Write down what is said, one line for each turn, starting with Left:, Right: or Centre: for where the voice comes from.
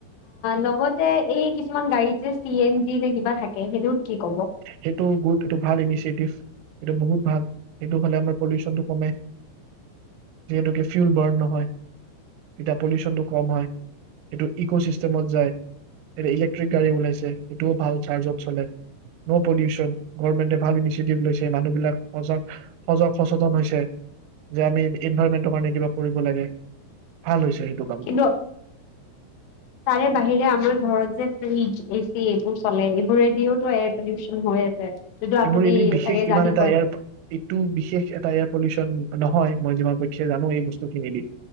Left: লগতে এই কিছুমান গাড়ী যে চি এন জি নে কিবা থাকে সেইটোত কি কব
Right: সেইটো গুড এইটো ভাল ইনিচিয়েটিভ। এইটো বহুত ভাল, সেইটো হ'লে আমাৰ পলিউচনটো কমে। যিহেতুকে ফিউল বাৰ্ণ নহয় তেতিয়া পলিউচনটো কম হয়। এইটো ইক' চিষ্টেমত যায়, এতিয়া ইলেক্ট্ৰিক গাড়ী ওলাইছ, সেইটোও ভাল চাৰ্জত চলে। ন' পলিউচন, গভমেন্টে ভাল ইনিচিয়েটিভ লৈছে মানুহবিলাক সজাগ, সজাগ সচেতন হৈছে যে আমি এনভাইৰমেন্টৰ কাৰণে কিবা কৰিব লাগে ভাল হৈছে। সেইটো কামটো
Left: কিন্তু তাৰে বাহিৰে আমাৰ ঘৰত যে ফ্ৰিজ, এচি এইবোৰ চলে এইবোৰে দিওতো এয়াৰ পলিউচন হৈ আছে। যিটো আপুনি
Right: এইবোৰ এনে বিশেষ
Left: চাগে জানিবই
Right: ইমান এটা এয়াৰ এইটো বিশেষ এটা এয়াৰ পলিউচন নহয় মই যিমান পক্ষে জানো এই বস্তুখিনি দি,